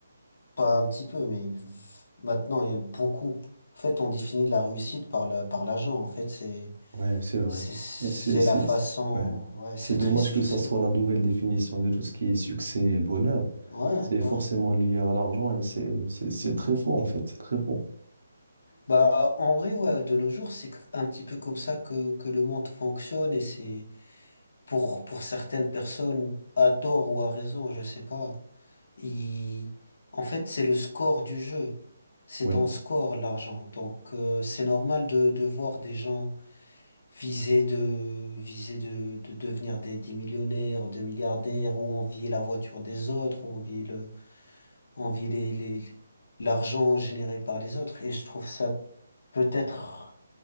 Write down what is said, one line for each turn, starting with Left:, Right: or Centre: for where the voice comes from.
Left: pas un petit peu, mais maintenant, il y a beaucoup. En fait, on définit la réussite par la, par l'argent. En fait, c'est,
Right: Ouais, c'est vrai.
Left: c'est, c'est
Right: Et c'est, c'est,
Left: la façon,
Right: c'est- ouais.
Left: ouais,
Right: C'est
Left: c'est
Right: dommage
Left: triste,
Right: que
Left: je
Right: ça
Left: sais.
Right: soit la nouvelle définition de tout ce qui est succès et bonheur.
Left: Ouais,
Right: C'est
Left: ouais.
Right: forcément lié à l'argent et c'est, c'est, c'est très faux en fait, c'est très faux.
Left: Bah, en vrai, ouais, de nos jours, c'est que- un petit peu comme ça que, que le monde fonctionne et c'est pour, pour certaines personnes, à tort ou à raison, je sais pas. ils- En fait, c'est le score du jeu. C'est
Right: Oui,
Left: ton score, l'argent. Donc, euh, c'est normal de, de voir des gens viser de, viser de, de devenir des, des millionnaires ou des milliardaires ou envier la voiture des autres ou envier le, envier les, les, l'argent généré par les autres. Et je trouve ça peut-être.